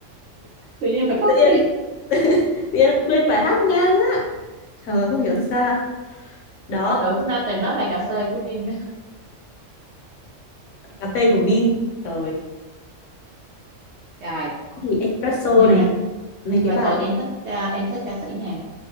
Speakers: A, on the right; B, on the left.
A: Tự nhiên bài coffee.
B: tự nhiên tự nhiên em quên bài hát ngang á trời không hiểu sao đó
A: Tưởng đã từng nói bài cà phê của mình.
B: cà phê của Min trời
A: Rồi,
B: thì espresso
A: nhưng
B: này
A: mà
B: mấy
A: nhưng
B: cái
A: mà
B: bài
A: thường em thích à, em thích ca sĩ nào